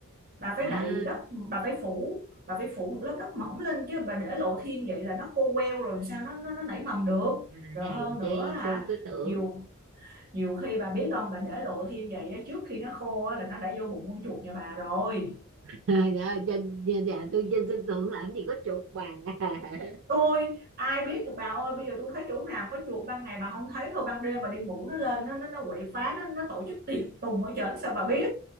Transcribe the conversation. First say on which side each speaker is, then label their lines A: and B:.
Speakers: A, on the right (about 40°); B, on the right (about 60°).
A: bà
B: à
A: phải đậy đất bà phải phủ bà phải phủ một lớp đất mỏng lên chứ bà để lộ thiên vậy là nó khô queo rồi sao nó nó, nó nảy mầm được
B: à,
A: rồi
B: hèn
A: hơn nữa
B: chi
A: hả
B: tôi cứ tưởng
A: nhiều nhiều khi bà biết không bà để lộ thiên vậy trước khi nó khô là nó đã vô bụng con chuột nhà bà rồi
B: <laughs> à, dạ, trên dạ, tôi trên sân thượng làm gì có chuột bà <laughs>
A: ôi ai biết được bà ơi bây giờ tôi thấy chỗ nào có chuột ban ngày bà không thấy thôi ban đêm bà đi ngủ nó lên nó nó, nó quậy phá nó, nó tổ chức tiệc tùng ở trển sao bà biết